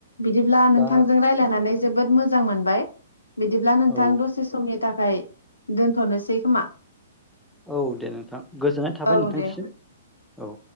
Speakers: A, on the left (about 75°); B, in the centre.
A: बिदिब्ला नोंथांजों
B: दा
A: रायज्लायनानै जोबोद मोजां मोजां मोनबाय। बिदिब्ला नोंथां
B: औ
A: दसे समनि थाखाय दोनथ'नोसै खोमा
B: औ दे नोंथां गोजोननाय थाबाय
A: औ
B: नोंथांनिसिम
A: दे
B: औ।